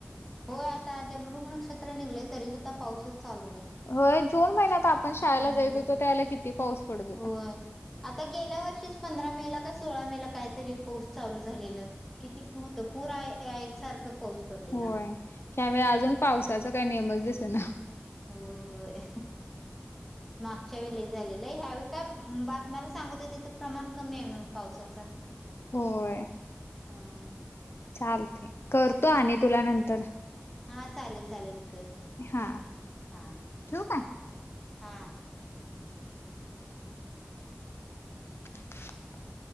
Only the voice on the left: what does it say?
होय, जून महिन्यात आपण शाळेला
जायचो
होतो, त्यावेळेला किती पाऊस पडत होता.
होय, त्यावेळी अजून पावसाचा काही नेमच दिसना.
होय.
चालतंय करतो, आणि तुला नंतर.
हा.
ठेवू काय?
<unintelligible>